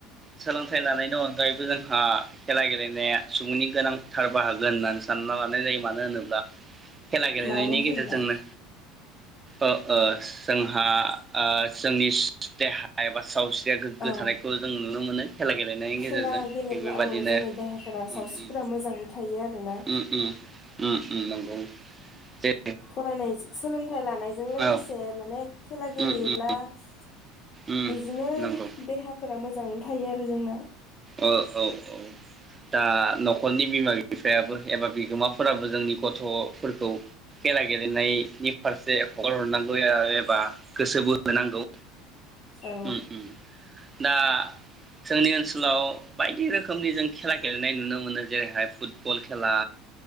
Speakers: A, on the right; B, on the left.
A: सोलोंथाइ लानाय अन अगायबो जोंहा खेला गेलेनाया सुबुंनि गोनांथार बाहागो होननानै सानो। सानना लानाय जायो मानो होनोब्ला। खेला गेलेनायनि
B: मानो होनब्ला
A: गेजेरजोंनो ओ ओ जोंहा आ। ओ जोंनि देहा एबा सावस्रि। या गोग्गो
B: औ
A: थानायखौ जों नुनो मोनो खेला गेलेनायनि गेजेरजों
B: खेला गेलेब्ला
A: थिग बेबादिनो
B: औ जोंनि देहाफोरा
A: उम
B: सावस्रिफोरा
A: उम।
B: मोजाङै थायो आरोना
A: उम उम उम। उम नंगौ बे।
B: फरायनाय सोलोंथाइ लानायजों लोगोसे
A: औ
B: माने खेला गेलेयोब्ला
A: उम उम
B: बिदिनो
A: उम नंगौ
B: देहाफोरा मोजाङैनो थायो आरो जोंना
A: औ औ औ। दा न'खरनि बिमा बिफायाबो एबा बिगोमाफोराबो जोंनि गथ'फोरखौ खेला गेलेनायनि फारसे हगार हरनांगौ एबा गोसो बोहोनांगौ
B: औ
A: उम उम दा जोंनि ओनसोलाव अ' बायदि रोखोमनि जों खेला गेलेनाय नुनो मोनो जेरैहाय फुटबल खेला